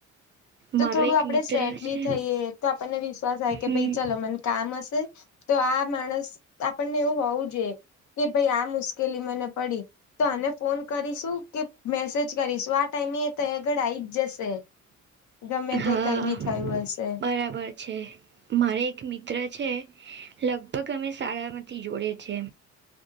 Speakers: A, on the right (about 40°); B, on the left (about 70°).
A: મારો
B: તો થોડું
A: એક
B: આપડે
A: મિત્ર
B: સેટ
A: છે
B: બી થઈએ તો આપણને વિશ્વાસ આવે
A: હમ
B: કે ભાઈ ચાલ મને કામ હશે તો આ માણસ આપણને એવું હોવું જોઈએ. કે ભાઈ આ મુશ્કેલી મને પડી. તો આને ફોન કરીશું કે મેસેજ કરીશું આ ટાઈમે એ ત્યાં આગળ આવી જ જશે. ગમે
A: હા
B: તે કઈ બી થયું હશે
A: બરાબર છે. મારે એક મિત્ર છે લગભગ અમે શાળામાંથી જોડે છે.